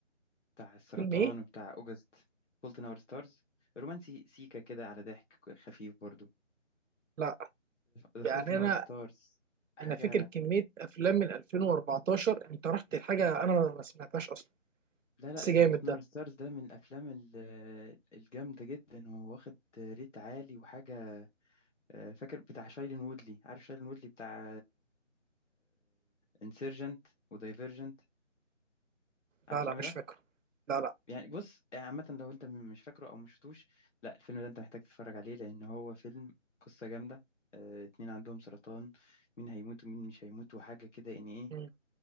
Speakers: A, on the left; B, on the right.
A: بتاع السرطان
B: فيلم ايه
A: وبتاع أوجست فولت ناور ستارز رومانسي سيكا كده على ضحك خفيف برضو
B: لا
A: ذا
B: يعني
A: فولت ناور
B: انا
A: ستارز حاجة
B: انا فاكر كميه افلام من 2014 انت رحت لحاجه انا ما سمعتهاش اصلا
A: لا لا
B: بس جامد
A: ذا فولت ناور
B: ده
A: ستارز ده من الأفلام ال- آه، الجامدة جدا وواخد ريت عالي وحاجة آه، فاكر بتاع شايلين وودلي عارف شايلين وودلي بتاع انسيرجنت ودايفرجنت عارف
B: لا لا
A: الفيلم
B: مش فاكره
A: ده
B: لا لا
A: يعني بص يعني عامة لو انت م- مش فاكره او مش شفتوش لا الفيلم ده انت محتاج تتفرج عليه لان هو فيلم قصة جامدة آه، اتنين عندهم سرطان مين هيموت ومين مش هيموت وحاجة كده يعني ايه
B: مم.